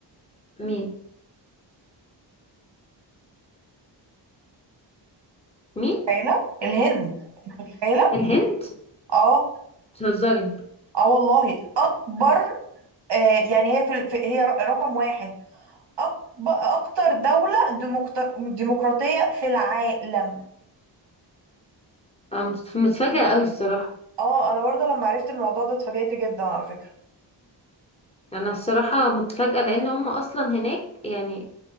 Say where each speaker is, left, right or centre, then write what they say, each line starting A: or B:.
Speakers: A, on the left; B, on the right.
A: مين مين
B: متخيله الهند انت متخيله
A: الهند
B: اه
A: بتهزري
B: اه والله اكبر آه يعني هي في... في هي رقم واحد أكب- اكتر دولة ديمقت- ديمقراطية في العالم
A: انا متف- متفاجئه قوي الصراحه
B: اه انا برضو لما عرفت الموضوع ده اتفاجأت جدا على فكرة
A: انا الصراحه متفاجئه لان هم اصلا هناك يعني